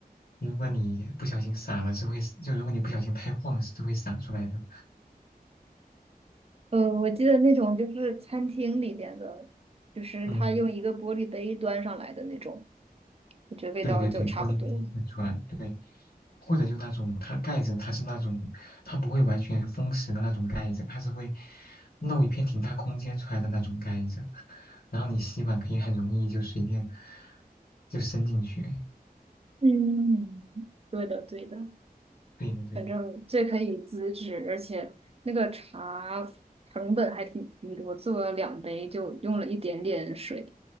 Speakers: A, on the left; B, on the right.
A: 如果你不小心洒了是会，就如果你不小心太晃是会洒出来的。
B: 呃，我记得那种就是餐厅里边的，就是它用一个玻璃杯端上来的那种，
A: 嗯，
B: 我觉得味道就差不多。
A: 对对对，玻璃杯喷出来，对，或者就那种它盖子它是那种它不会完全封实的那种盖子，它是会露一片挺大空间出来的那种盖子，然后你吸管可以很容易就随便就伸进去。
B: 嗯，对的，对的，
A: 对的对的。
B: 反正这可以自制，而且那个茶成本还挺低的，我做了两杯就用了一点点水，